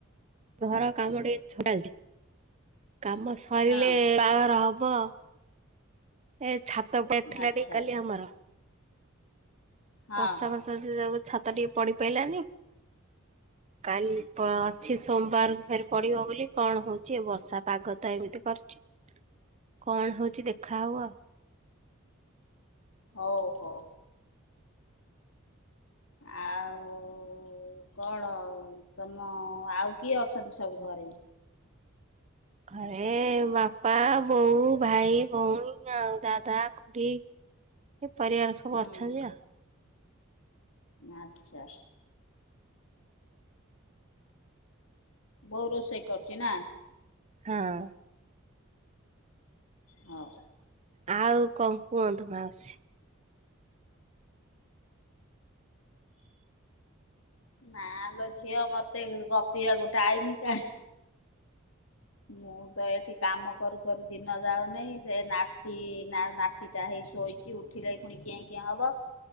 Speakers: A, on the right; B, on the left.
A: ଘର କାମ ଟିକେ ଛ ଚାଲିଛି। କାମ ସରିଲେ-ଏ-ଏ-ଏ
B: ହଁ
A: ବାହାଘର ହବ। ଏ ଛାତ ପେଟଥିଲା
B: ଆଚ୍ଛା
A: ଟି କାଲି ଆମର।
B: ହଁ
A: ବର୍ଷା ବର୍ଷା ଯୋଗୁ ଛାତ ଟିକେ ପଡିି ପାଇଲାନି। କାଲି ପ-ଅ ଅଛି ସୋମବାର ଫେରେ ପଡିବ ବୋଲି କଣ ହଉଛି ବର୍ଷା ପାଗ ତ ଏମିତି କରୁଛି। କଣ ହଉଛି ଦେଖା ହବ।
B: ହଉ ହଉ। ଆଉ-ଉ-ଉ-ଉ-ଉ କଣ-ଅ ତମ-ଅ-ଅ ଆଉ କିଏ ଅଛନ୍ତି ସବୁ ଘରେ?
A: ଘରେ-ଏ-ଏ ଏ ବାପା, ବୋଉ, ଭାଇ, ଭଉଣୀ ଆଉ ଦାଦା, ଖୁଡି ଏ ପରିବାର ସବୁ
B: ହୁଁ
A: ଅଛନ୍ତି ଆ।
B: ଆଚ୍ଛା। ବୋଉ ରୋଷେଇ କରୁଛି ନା?
A: ହଁ।
B: ହଉ।
A: ଆଉ କଣ କୁହନ୍ତୁ ମାଉସୀ?
B: ନାଲୋ ଝିଅ ମତେ ଗପିବାକୁ ଟାଇମ କାହିଁ। ମୁଁ ତ ଏଠି କାମ କରୁ କରୁ ଦିନ ଯାଉନି ସେ ନାତି ନା ନା ତି ଟା ହେଇ ଶୋଇଛି ଉଠିଲେ ପୁଣି କେଁ କେଁ ହବ।